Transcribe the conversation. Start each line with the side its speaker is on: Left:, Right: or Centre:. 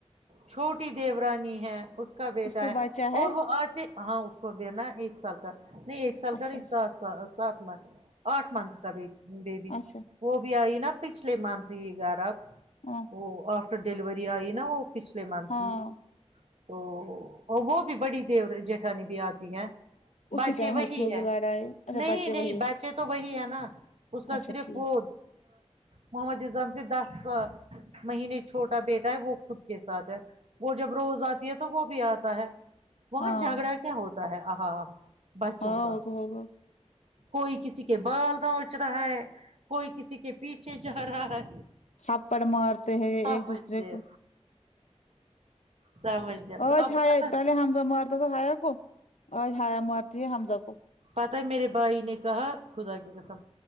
Right: چھوٹی دیورانی ہے اس کا بیٹا
Left: کو
Right: ہے
Left: بچہ ہے
Right: اور وہ آتے ہاں اس کو بنا ہے ایک سال کا نہیں ایک سال
Left: اچھا
Right: کا نہیں
Left: اچھا
Right: س سا سات منت آٹھ منتھ کا بیبی
Left: اچھا
Right: وہ بھی آئی نا پچھلے منتھ ہی گیارہ آب
Left: ہاں
Right: وہ آفٹر ڈلیوری آئی نا وہ پچھلے منتھ
Left: ہاں
Right: کی تو وہ بھی بڑی دیور جٹھانی بھی آتی ہیں
Left: اسی
Right: بچے
Left: ٹائم
Right: وہی
Left: ہوتی ہوگی
Right: ہے
Left: لڑائی اچھا
Right: نہیں
Left: بچے وہی
Right: نہیں بچے
Left: ہے
Right: تو وہی ہے نا اس کا
Left: اچھا
Right: صرف
Left: ٹھیک
Right: وہ محمد رزام سے دس سا مہینے چھوٹا بیٹا ہے وہ خود کے ساتھ ہے وہ جب روز آتی ہے تو وہ بھی آتا ہے وہاں
Left: ہاں
Right: جھگڑا کیا ہوتا ہے آہا آہا بچوں
Left: ہاں
Right: کا
Left: وہ تو ہوگا
Right: کوئی کسی کے بال لوچ رہا ہے کوئی کسی کے پیچھے جا رہا ہے
Left: تھپڑ مارتے ہیں یہ
Right: سمجھ
Left: ایک دوسرے
Right: نہیں
Left: کو
Right: سمجھ
Left: آج
Right: تو آپ
Left: ہایا
Right: کو پتا
Left: پہلے حمزہ مارتا تھا ہایا کو آج ہایا مارتی ہے حمزہ کو
Right: پتہ ہے میرے بھائی نے کہا خدا کی قسم